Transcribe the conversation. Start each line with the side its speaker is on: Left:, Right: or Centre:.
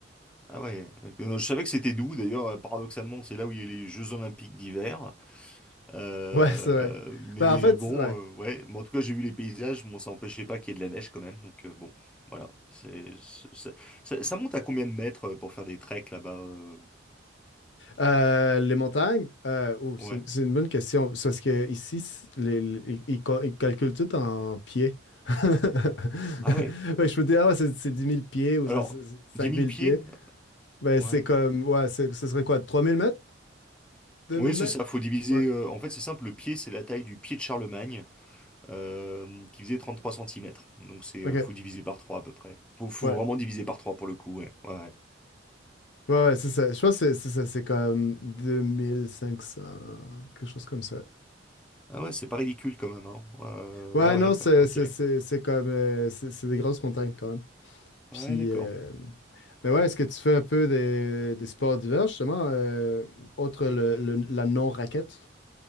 Centre: ah ouais. Euh, je savais que c'était d'où. D'ailleurs, euh, paradoxalement, c'est là où il y a les Jeux Olympiques d'hiver. Euh...
Left: <laughs> ouais, c'est vrai.
Centre: euh, Mais
Left: Ben, en fait,
Centre: bon,
Left: ouais.
Centre: euh, ouais. Mais en tout cas, j'ai vu les paysages. Bon, ça empêchait pas qu'il y ait de la neige quand même. Donc euh, bon, voilà. C'est c'est- ça, ça monte à combien de mètres euh, pour faire des treks là-bas? euh
Left: Euh, les montagnes, euh, oh, c'est
Centre: Ouais.
Left: c'est une bonne question. C'est parce que ici, c- les- les- ils, cal- ils calculent tout en pieds. <laughs>
Centre: Ah ouais.
Left: Fait je peux dire, ah, ouais, c'est c'est 10 000 pieds ou
Centre: Alors,
Left: c'est c'est- c'est
Centre: dix
Left: 5
Centre: mille
Left: 000
Centre: pieds?
Left: pieds. Ben,
Centre: Ouais.
Left: c'est comme, ouais, c'est- ce serait quoi, Trois mille mètres? Deux
Centre: Oui,
Left: mille
Centre: c'est
Left: mètres?
Centre: ça, faut diviser.
Left: Ouais,
Centre: euh, en fait, c'est simple, le pied, c'est la taille du pied de Charlemagne, euh, qui faisait 33 centimètres. Donc, c'est,
Left: ok,
Centre: euh, faut diviser par 3 à peu près. Faut, faut
Left: ouais.
Centre: vraiment diviser par 3 pour le coup, ouais. Ouais. ouais.
Left: Ouais, ouais, c'est ça. Je pense que c'est c'est ça, c'est comme 2500, quelque chose comme ça.
Centre: Ah ouais, c'est pas ridicule quand même, hein. Euh,
Left: Ouais,
Centre: ouais, ouais,
Left: non,
Centre: quoi.
Left: c'est
Centre: Ok.
Left: c'est- c'est- c'est comme, euh, c'est c'est des grosses montagnes quand même.
Centre: Ouais,
Left: Puis,
Centre: d'accord.
Left: euh, Mais ouais, est-ce que tu fais un peu des, des sports d'hiver, justement, euh, autre le, le- la non-raquette?